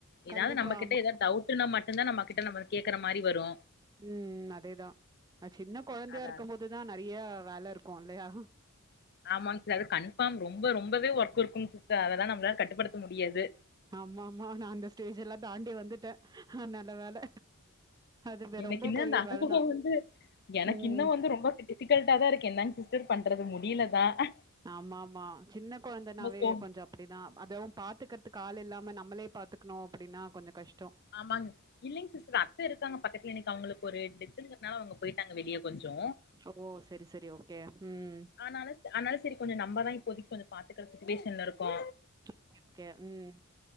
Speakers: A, on the right (about 20°); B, on the left (about 50°).
A: கண்டிப்பா
B: எதாவது நம்ம
A: ஆமா
B: கிட்ட எதா டவுட்டுனா மட்டு இதுதா நம்ம கிட்ட நம்ம கேக்குற மாரி வரு
A: உம் அதேதா சின்ன கொழந்தையா
B: அதா
A: இருக்கு போதுதா நெறைய வேல இருக் கும் இல்லையா
B: ஆமாங் சார் கண் <unintelligible> ரொம்ப ரொம்பவே ஒர்க் இருக்கும் சிஸ்டர் அதெல்லா நம்மளால கட்டுப்படுத்த முடியாது
A: ஆமா ஆமா நா இந்த ஸ்டேஜ் எல்லா தாண்டி வந்துட்ட ஹ நல்ல வேல அது
B: எனக்கு
A: ரொம்ப
B: இன்னு
A: பெரிய
B: நடந்ததே
A: வேலதா
B: வந்து எனக்கு
A: ம்
B: இன்னு வந்து ரொம்ப டிஃபிகல்டா தா இருக்கு என்னாங் சிஸ்டர் பண்றது முடியல அஹ்ஹ
A: ஆமா ஆமா சின்ன கொழந்தனாவே
B: சோ
A: கொஞ்சோ அப்படிதா அதவு பாத்துக்கறதுக்கு ஆல் இல்லாம நம்ளே பாத்துக்கணு அப்படின்னா கொஞ்சோ கஷ்
B: ஆமாங் இல்லைங் சிஸ்டர் அத்த இருக்காங்க பக்கத்துல இன்னைக்கி அவங்களுக்கு ஒரு டெத்ன்றனால அவங்க போய் தங்க வெளிய கொஞ்சோ
A: ஓ! சரி, சரி. ஓகே. ம்.
B: ஆனால ஆனாலு செரி கொஞ்சோ நம்மதா இப்போதைக்கி கொஞ்சோ பாத்துக்கற சுச்சுவேஷன்ல இருக்கோ
A: ஒகே ஒகே உம்